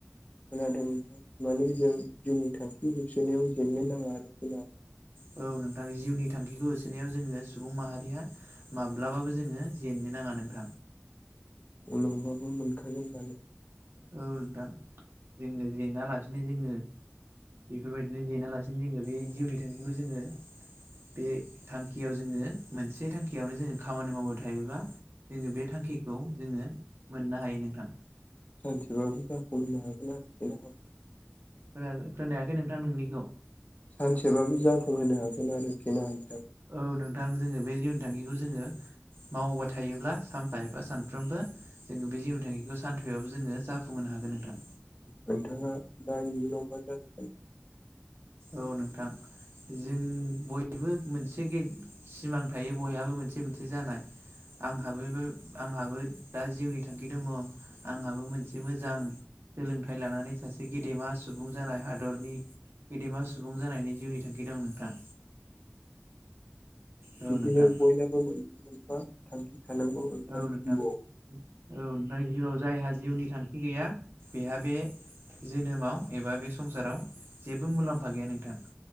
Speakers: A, on the left; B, on the right.
A: खोनादोंमोन माने जों जिउनि थांखि जोबसोननायाव जेन्नो नाङा आरो खोन
B: औ नोंथां जिउनि थांखिखौ होसोनायाव जोङो सुबुं माहारिया माब्लाबाबो जोङो जेनो नाङा नोंथां
A: उनावबाबो मोनखागोन जानो
B: औ नोंथां जोंनो जेना लासिनो जोङो बेफोरबायदिनो जेना लासिनो जोङो बे जिउनि थांखिखौ जोङो बे थांखियाव जोङो मोनसे थांखियावनो जोङो खामानि मावबाय थायोब्लाा जोङो बे थांखि थांखिखौ जोङो मोननो हायो नोंथां
A: सानसेबाबो जाफुंहैनो हागोन आरोखि ना
B: खोना-खोनायाखै नोंथां नोंनिखौ
A: सानसेबाबो जाफुंहोनो हागोन आरो फिमानो
B: औ नोंथां जोङो बे जिउनि थांखिखौ जोङो मावबाय थायोब्ला सानफा एफा सानफ्रोमबो जोङो बे जिउ थांखिखौ सानफैबाबो जोङो जाफुंहोनो हागोन नोंथां
A: नोंथाङा दा इयुनाव मा जाजोबगोन
B: औ नोंथां जों बयबो मोनसे सिमां थायो बयहाबो मोनसे मोनसे जानाय आंहाबोबो आंहाबो दा जिउनि थांखि दंङ आंहाबो मोनसे मोजां सोलोंथाइ लानानै सासे गेदेमा सुबुं जानाय हादरनि गेदेमा सुबुं जानायनि जिउनि थांखि दं नोंथां औ
A: बिदिनो
B: नोंथां
A: बयनाबो मोनफा मोनफा थांखि थानांगौ नोंथा
B: औ
A: जिउआव
B: नोंथां औ नोंथां जिउआव जायहा जिउनि थांखि गैया बेहा बे जोनोमाव एबा बे संसाराव जेबो मुलाम्फा गैया नोंथां